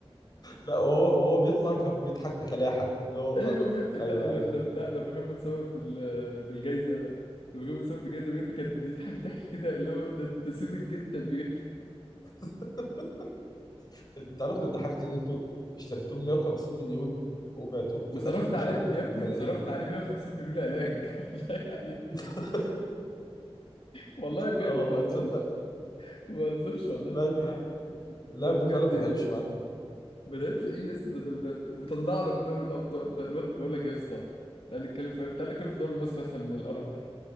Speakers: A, on the left (about 40°); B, on the left (about 65°).
A: لا وهو وهو بيطلع كان بيضحك بكلاحة اللي
B: <laughs>
A: هو
B: ايوه بجد لا
A: ايوه
B: الواد
A: ايوه
B: لم... لا لما كان متصور بال... بالجايزه يلا لما كان متصور بالجايزه بجد كان بيضحك ضحك كده اللي هو ده انت سيبك جدا بجد
A: <laughs> انت عارف اللي ضحكتي ان انتوا اشتريتوه ب 150 مليون وبعتوه
B: وصرفنا
A: في الاخر مش
B: عليه
A: عارف
B: يا ابني
A: بملاليم
B: وصرفنا عليه 150 مليون علاج <laughs> والله يعني
A: <laughs>
B: والله بجد
A: اه والله
B: ما بهزرش
A: تصدق
B: ما بهزرش والله
A: اللاعب ده
B: ف- فبجد
A: اللاعب ده فعلا ما
B: يعني
A: لعبش معاك
B: ما لعبش ايه يا اسطى ده ده ده وطلعنا من دوري الابطال ده الواد بقول لك يا اسطى تعالى نتكلم في تعالى نتكلم في دوري مصر اسهل من القرف ده